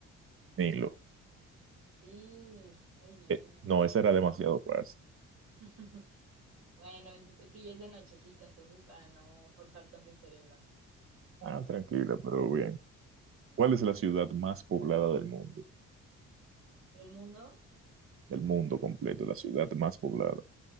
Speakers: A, on the right; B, on the right.
A: Nilo.
B: Sí, muy bien.
A: Eh, no, esa era demasiado fácil.
B: <laughs> Bueno, es, es que ya es de nochecita, entonces para no forzar tanto el cerebro.
A: Ah, tranquila, pero bien. ¿Cuál es la ciudad más poblada del mundo?
B: ¿Del mundo?
A: Del mundo completo, la ciudad más poblada.